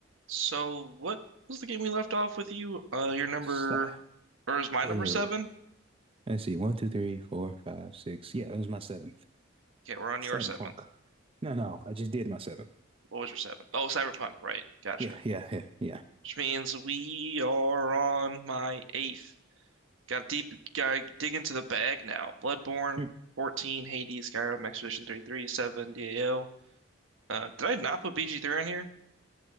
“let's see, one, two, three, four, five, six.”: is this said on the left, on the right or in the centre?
Right